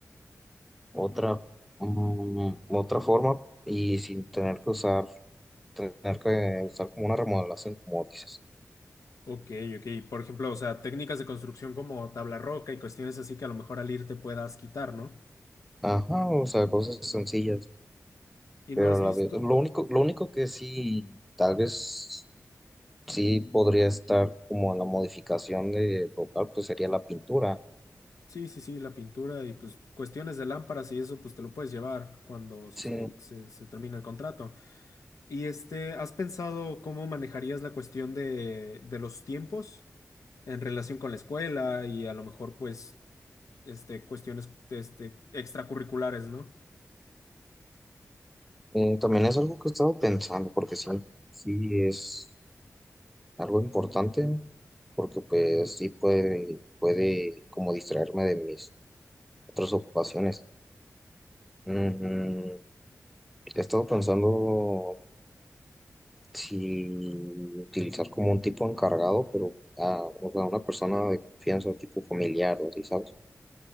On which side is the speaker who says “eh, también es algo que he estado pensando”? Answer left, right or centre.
Centre